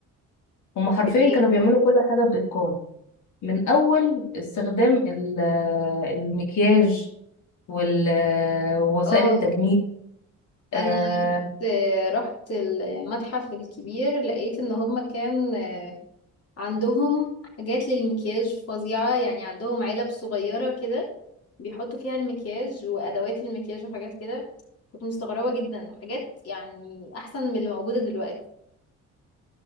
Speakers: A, on the left; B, on the left.
A: هم حرفيا
B: إيه؟
A: كانوا بيعملوا كل حاجة باتقان من اول استخدام ال- آه، المكياج وال- آه، ووسائل
B: اه
A: التجميل آه،
B: أنا رحت آه، رحت المتحف الكبير لقيت إن هما كان آه، عندهم حاجات للمكياج فظيعة يعني عندهم علب صغيرة كده بيحطوا فيها المكياج وأدوات المكياج وحاجات كده كنت مستغربة جدا حاجات يعني أحسن من اللي موجودة دلوقتي